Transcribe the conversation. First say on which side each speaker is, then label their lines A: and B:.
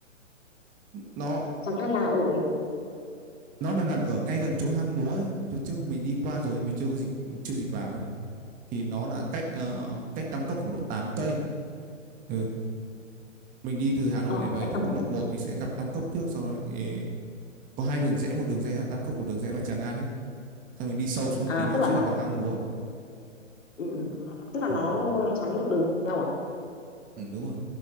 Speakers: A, on the right; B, on the left.
A: nó
B: Tràng An là ở
A: nó là nằm ở ngay gần chỗ hang múa ấy trước mình đi qua rồi nhưng mình chưa có dịp chưa dịp vào ấy thì nó là cách ờ, cách Tam Cốc khoảng độ tám cây ừ. mình đi từ Hà Nội
B: ở
A: này về
B: cách tầm
A: quốc lộ một thì sẽ gặp Tam Cốc trước sau đó ê, có hai đường rẽ một đường rẽ là Tam Cốc một đường rẽ vào Tràng An ấy sau mình đi sâu xuống
B: à
A: một tí nữa
B: tức là
A: sẽ
B: nó
A: là vào hang múa
B: ừ, ừ. tức là
A: ừ.
B: nó trái ngược đường nhau à
A: ừ, đúng rồi